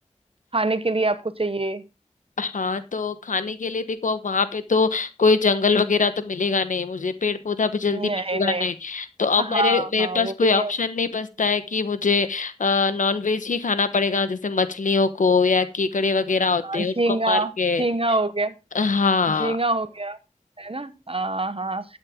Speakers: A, on the right; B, on the left.
A: खाने के लिए आपको चाहिए
B: हाँ तो खाने के लिए देखो अब वहां पे तो कोई जंगल वगैरह तो मिलेगा नहीं मुझे पेड़ पौधा भी जल्दी
A: नहीं
B: मिलेगा
A: नहीं
B: नहीं तो अब
A: हाँ
B: मेरे मेरे
A: हाँ
B: पास
A: वो
B: कोई
A: भी नहीं
B: ऑप्शन
A: होगा
B: नहीं बचता है कि मुझे नॉन वेज ही खाना पड़ेगा जैसे मछलियों को या केकड़े वगैरह होते
A: हाँ,
B: हैं
A: झींगा
B: उनको मार के
A: झींगा हो गया
B: हाँ
A: झींगा हो गया है ना हाँ हाँ